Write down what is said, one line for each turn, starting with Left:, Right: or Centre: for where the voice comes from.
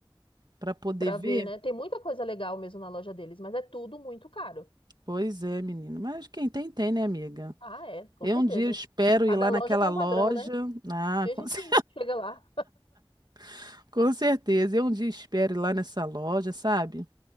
Right: Pra poder
Left: Pra
Right: ver.
Left: ver, né? Tem muita coisa legal mesmo na loja deles, mas é tudo muito caro.
Right: Pois é, menino. Mas quem tem, tem, né, amiga?
Left: Ah, é, com
Right: Eu
Left: certeza.
Right: um dia espero
Left: Cada
Right: ir lá
Left: loja
Right: naquela
Left: põe
Right: loja.
Left: um padrão, né?
Right: Ah,
Left: E a
Right: com,
Left: gente
Right: cer-
Left: chega lá.
Right: <laughs> com certeza. Eu um dia espero ir lá nessa loja, sabe?